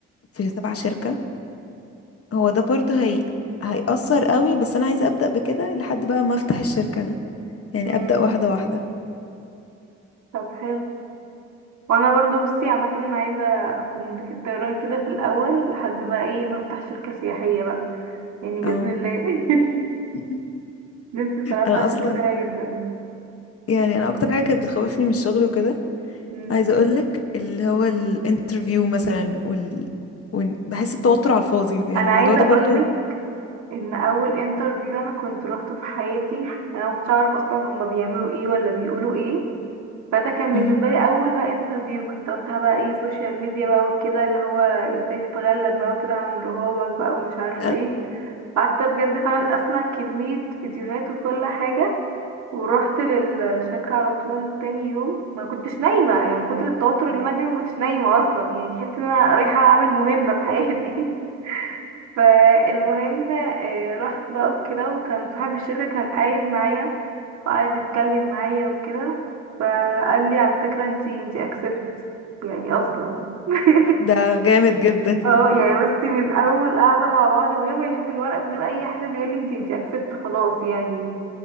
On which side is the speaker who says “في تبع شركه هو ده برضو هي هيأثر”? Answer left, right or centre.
Left